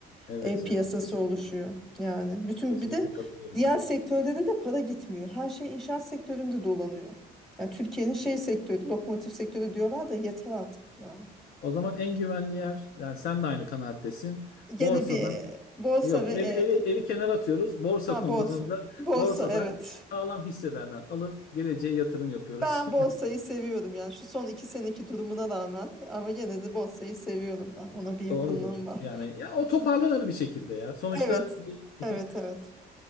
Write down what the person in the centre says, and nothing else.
ev piyasası
oluşuyor yani. Bütün
bir de
diğer
sektörde de, de para gitmiyor. Her şey inşaat sektöründe dolanıyor. Yani Türkiye'nin şey sektörü, lokomotif sektörü diyorlar da yeter artık ya.
Gene
bir e, borsa
ve
e,
ha
borsa. Borsa
evet.
Ben borsayı seviyorum yani şu son iki seneki durumuna rağmen ama gene de borsayı seviyorum ben. Ona
bir yakınlığım
var.
Evet.
Evet evet.